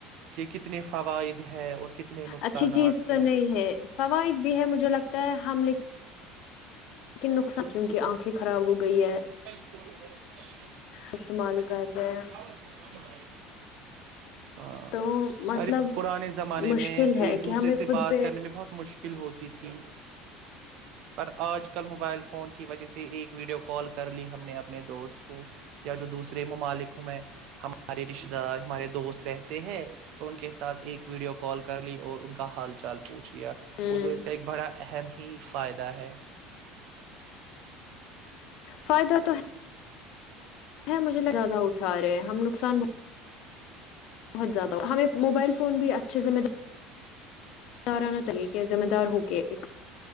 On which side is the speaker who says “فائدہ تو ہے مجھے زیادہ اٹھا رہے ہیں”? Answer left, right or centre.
Left